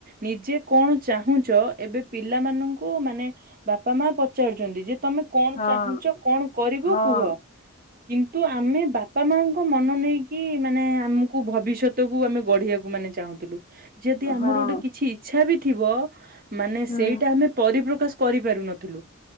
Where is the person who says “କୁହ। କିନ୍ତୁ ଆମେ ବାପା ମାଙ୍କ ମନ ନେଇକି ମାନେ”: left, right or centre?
Right